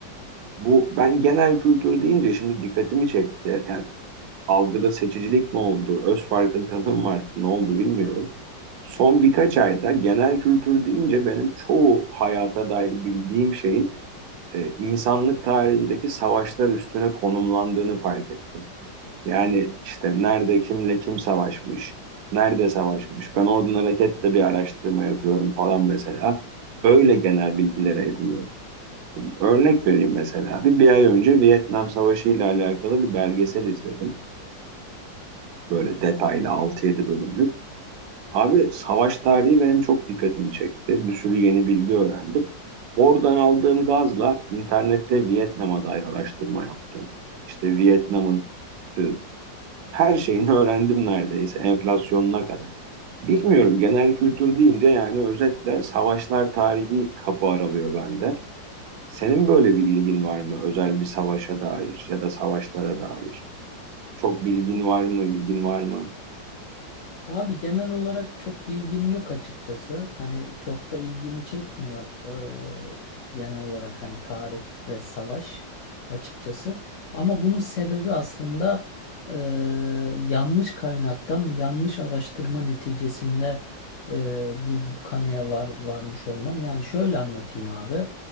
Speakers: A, on the right; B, on the left.
A: Bu ben genel kültür deyince şimdi dikkatimi çekti. Yani algıda seçicilik mi oldu, öz farkındalığım mı arttı, ne oldu bilmiyorum. Son birkaç ayda genel kültür deyince benim çoğu hayata dair bildiğim şeyin e, insanlık tarihindeki savaşlar üstüne konumlandığını fark ettim. Yani işte nerede kimle kim savaşmış, nerede savaşmış. Ben oradan hareketle bir araştırma yapıyorum falan mesela. Öyle genel bilgilere ediniyorum. Örnek vereyim mesela. Bir, bir ay önce Vietnam Savaşı ile alakalı bir belgesel izledim. Böyle detaylı altı yedi bölümlük. Abi savaş tarihi benim çok dikkatimi çekti. Bir sürü yeni bilgi öğrendim. Oradan aldığım gazla internette Vietnam'a dair araştırma yaptım. İşte Vietnam'ın e, her şeyini <laughs> öğrendim neredeyse enflasyonuna kadar. Bilmiyorum genel kültür deyince yani özetle savaşlar tarihi kapı aralıyor bende. Senin böyle bir ilgin var mı özel bir savaşa dair ya da savaşlara dair? Çok bilgin var mı, ilgin var mı?
B: Abi genel olarak çok bilgim yok açıkçası. Hani çok da ilgimi çekmiyor. eee, genel olarak hani tarih ve savaş açıkçası. Ama bunun sebebi aslında eee, yanlış kaynaktan yanlış araştırma neticesinde eee, bu kanıya var, varmış olmam. Yani şöyle anlatayım abi.